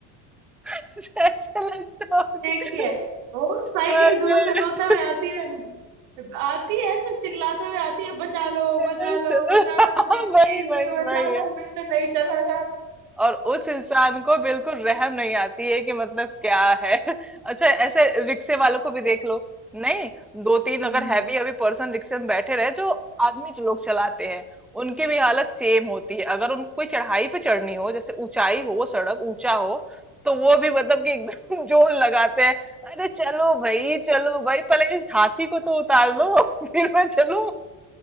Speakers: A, in the centre; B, on the right.
A: है ऐसा लगता होगा
B: ठीक ही है वो साइकिल
A: अरे
B: दूर से रोते हुए आती है आती है ऐसे चिल्लाते हुए आती है बचा लो
A: चलो
B: बचा लो बचा
A: हाँ
B: लो मुझे
A: वही
B: प्लीज
A: वही
B: कोई
A: वही
B: बचा लो
A: है
B: मैं तो नहीं चला जाता
A: और उस इंसान को बिल्कुल रहम नहीं आती है कि मतलब क्या है <laughs> अच्छा ऐसे रिक्शे वालों को भी देख लो नहीं दो तीन
B: हम्म।
A: अगर हैवी अभी पर्सन रिक्शे में बैठे रहे जो आदमी जो लोग चलाते हैं उनकी भी हालत सेम होती है अगर उनको कोई चढ़ाई पे चढ़नी हो जैसे ऊंचाई हो सड़क ऊंचा हो तो वो भी मतलब कि एकदम <laughs> जोर लगाते हैं अरे चलो भाई चलो भाई पहले इस हाथी को तो उतार लो <laughs> फिर मैं चलूं